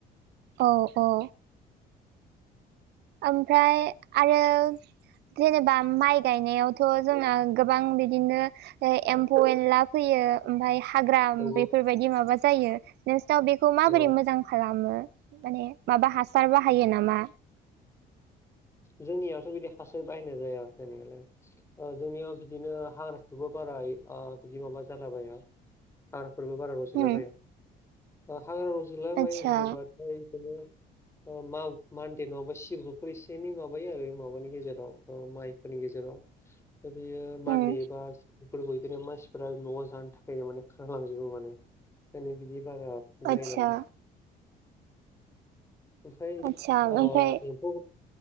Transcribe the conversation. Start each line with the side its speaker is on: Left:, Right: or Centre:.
Right: औ औ ओमफ्राय आरो जेनेबा माइ गायनायावथ' जोंना गोबां बिदिनो एम्फौ एनला फैयो ओमफ्राय हाग्रा
Left: औ
Right: बेफोरबायदि माबा जायो नोंसोरनाव बेखौ माबोरै
Left: औ
Right: मोजां खालामो माने माबा हासार बाहायो नामा?
Left: जोंनियावथ' बिदि हासार बाहायनाय जाया जेनेबालाय जोंनियाव बिदिनो हाग्राफोरबो बारा ओ बिदि माबा जालाबाया हाग्राफोरबो बारा रज'लाबाया
Right: उम
Left: हाग्रा रज'ला बायो
Right: आतसा
Left: होनोब्ला ओमफ्राय बिदिनो मा मानदे नङाबा सिब्रुफोर एसे एनै माबायो आरो माबानि गेजेराव माइफोरनि गेजेराव बेयो मान्दे
Right: उम
Left: बा बेफोर मानसिफ्रा न'आव जानो थाखायनो माने खारलांजोबो मानो दनो बिदि बारा फुलायनाङा
Right: आतसा
Left: ओमफ्राय
Right: आतसा
Left: ओ
Right: ओमफ्राय
Left: एम्फौ